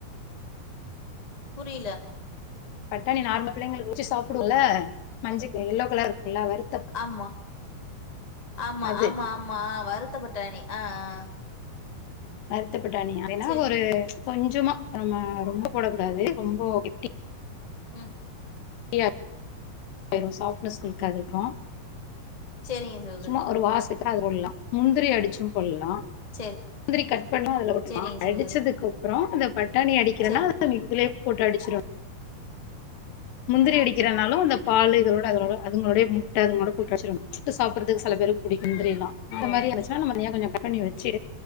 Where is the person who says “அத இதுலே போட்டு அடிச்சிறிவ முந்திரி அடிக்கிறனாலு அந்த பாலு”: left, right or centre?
Left